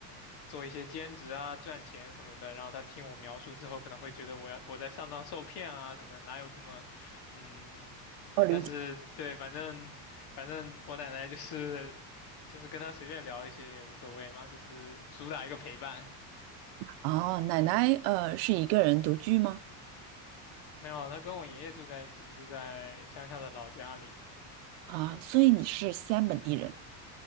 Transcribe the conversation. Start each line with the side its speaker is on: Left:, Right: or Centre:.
Left: 做一些兼职啊，赚钱什么的。然后他听我描述之后，可能会觉得我要我在上当受骗啊什么的，哪有这么，嗯，
Right: 我理解。
Left: 但是对，反正反正我奶奶就是就是跟他随便聊一些也无所谓嘛，就是主打一个陪伴。
Right: 哦，奶奶呃是一个人独居吗？
Left: 没有，他跟我爷爷住在一起，住在乡下的老家里。
Right: 啊，所以你是西安本地人。